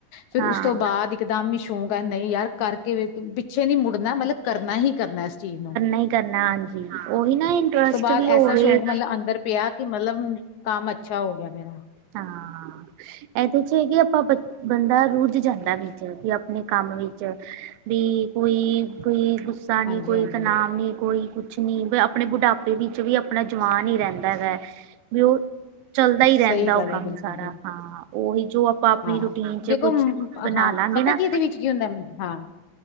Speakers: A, on the left; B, on the right.
A: ਫੇਰ
B: ਹਾਂ
A: ਉਸ ਤੋਂ ਬਾਅਦ ਇੱਕਦਮ ਸ਼ੌਕ ਏ। ਨਹੀਂ ਯਾਰ ਕਰਕੇ ਪਿੱਛੇ ਨੀ ਮੁੜਨਾ ਮਤਲਬ। ਕਰਨਾ ਹੀ ਕਰਨਾ ਇਸ ਚੀਜ਼ ਨੂੰ।
B: ਵੀ ਕਰਨਾ ਹਾਂਜੀ ਹਾਂ ਉਹੀ ਨਾ ਇੰਟਰਸਟ।
A: ਪਰ
B: ਵੀ ਹੋਵੇ
A: ਐਸਾ ਸ਼ੌਂਕ ਮਤਲਬ ਅੰਦਰ ਪਿਆ ਕਿ ਮਤਲਬ ਕੰਮ ਅੱਛਾ ਹੋ ਗਿਆ ਮੇਰਾ।
B: ਹਾਂ। ਇਹਦੇ 'ਚ ਹੈ ਕਿ ਆਪਾਂ ਬ ਬੰਦਾ ਰੁਝ ਜਾਂਦਾ ਵਿੱਚ ਵੀ ਆਪਣੇ ਕੰਮ ਵਿੱਚ। ਵੀ ਕੋਈ ਕੋਈ ਗੁੱਸਾ ਨੀ,
A: ਹਾਂਜੀ
B: ਕੋਈ
A: ਹਾਂਜੀ
B: ਤਨਾਵ, ਨੀ ਕੋਈ। ਕੁਛ ਨਹੀਂ ਫੇਰ ਆਪਣੇ ਬੁਢਾਪੇ ਵਿੱਚ ਵੀ ਆਪਣਾ ਜਵਾਨ ਹੀ ਰਹਿੰਦਾ ਹੈਗਾ ਵੀ ਉਹ। ਚੱਲਦਾ ਹੀ
A: ਸਹੀ
B: ਰਹਿੰਦਾ
A: ਗੱਲ
B: ਉਹ ਕੰਮ
A: ਹੈ ਬਿਲਕੁਲ
B: ਸਾਰਾ
A: ਜੀ
B: ਹਾਂ ਉਹੀ ਜੋ। ਆਪਣੀ
A: ਹਾਂ
B: ਰੂਟੀਨ
A: ਦੇਖੋ
B: ਚ ਕੁਛ ਬਣਾ
A: ਹਾਂ
B: ਲਾਂਗੇ
A: ਪਤਾ
B: ਨਾ
A: ਕੀ ਇਹਦੇ ਵਿੱਚ ਕੀ ਹੁੰਦਾ ਹਾਂ